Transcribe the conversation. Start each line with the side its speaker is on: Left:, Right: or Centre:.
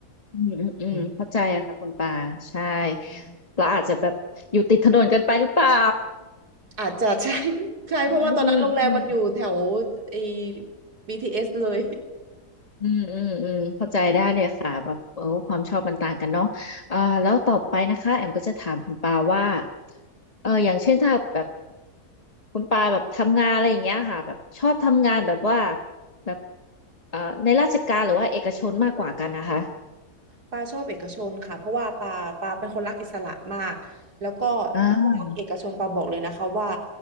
Left: อืมอืมอืมเข้าใจอะค่ะคุณปาใช่
Right: อืมอ
Left: เราอาจจะแบบอยู่ติดถนนกันไปหรือเปล่า
Right: าจจะ <laughs> ใช่ <laughs> ใช่เพราะว่าตอนนั้นโรงแรมมันอยู่แถว
Left: อืมอืม
Right: ไอ้ BTS เอสเลย
Left: อืมอืมอืมเข้าใจได้เลยค่ะแบบเออความชอบมันต่างกันเนาะอ่าแล้วต่อไปนะคะแอมก็จะถามคุณปาว่าเอออย่างเช่นถ้าแบบคุณปาแบบทำงานอะไรอย่างเงี้ยค่ะแบบชอบทำงานแบบว่าแบบเอ่อในราชการหรือว่าเอกชนมากกว่ากันนะคะ
Right: ปาชอบเอกชนค่ะเพราะว่าปาปาเป็นคนรักอิสระมากแล้วก็แม้กระทั่งเอกชนปาบอกเลยนะคะว่า
Left: อ่า